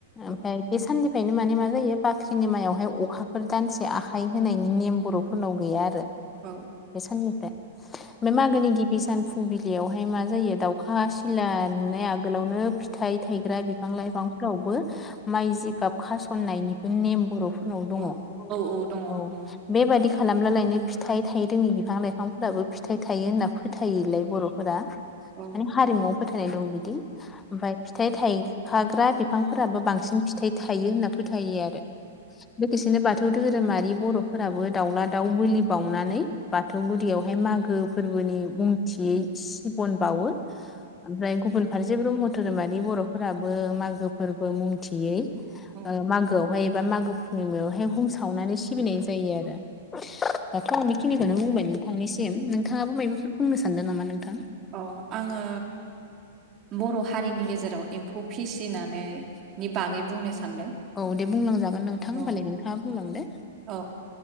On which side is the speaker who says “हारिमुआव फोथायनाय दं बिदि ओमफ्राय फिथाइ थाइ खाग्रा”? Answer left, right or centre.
Left